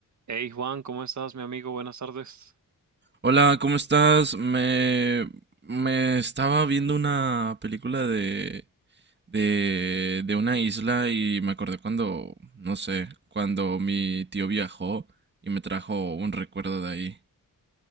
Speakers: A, on the right; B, on the right.
A: Hey Juan, ¿cómo estás, mi amigo? Buenas tardes.
B: Hola, ¿cómo estás? Me, me estaba viendo una película de, de, de una isla y me acordé cuando, no sé, cuando mi tío viajó y me trajo un recuerdo de ahí.